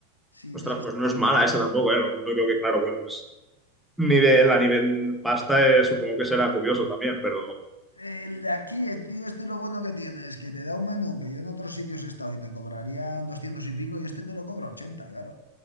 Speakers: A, on the left; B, in the centre.
A: Sí,
B: Ostras,
A: de ese est-
B: pues no es mala esa tampoco, ¿eh? Lo único que, claro, bueno, es nivel, a nivel pasta, eh, supongo que será curioso también, pero.
A: El de aquí, el tío, este lo bueno que tiene es que te da un menú que yo en otros sitios he estado y te cobrarían 200 y pico y este te lo cobra ochenta claro.